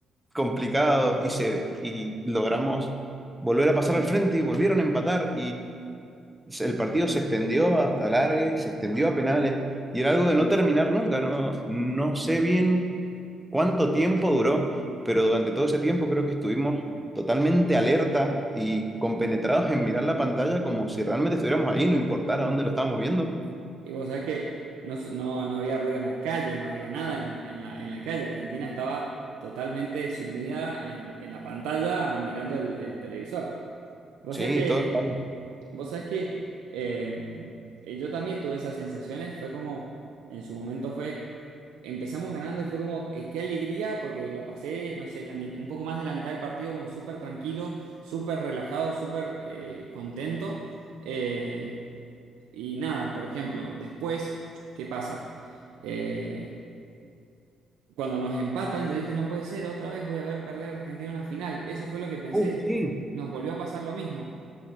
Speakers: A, in the centre; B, on the right.
A: complicado y, se, y logramos volver a pasar al frente y volvieron a empatar se- el partido se extendió hasta largue, se extendió a penales y era algo de no terminar nunca, no, no sé bien cuánto tiempo duró, pero durante todo ese tiempo creo que estuvimos totalmente alerta y compenetrados en mirar la pantalla como si realmente estuviéramos ahí, no importara dónde lo estábamos viendo.
B: y vos sabés que no, no, no había ruido en la calle, no había nada en la, en la, en la calle. Argentina estaba totalmente sumida en, en la pantalla mirando el, el televisor. Vos
A: Sí,
B: sabés que
A: todo el país.
B: Vos sabés que eh, eh, yo también tuve esas sensaciones, fue como, en su momento fue, empezamos ganando y fue como, eh, qué alegría, porque la pasé, no sé, la mi- un poco más de la mitad del partido como súper tranquilo, súper relajado, súper eh, contento. Eh, y nada, por ejemplo, después, ¿qué pasa? Eh, cuando nos empatan, yo dije, no puede ser, otra vez voy a ver perder a Argentina una final. Eso fue lo que pensé.
A: Uh, sí,
B: Nos volvió a pasar lo mismo.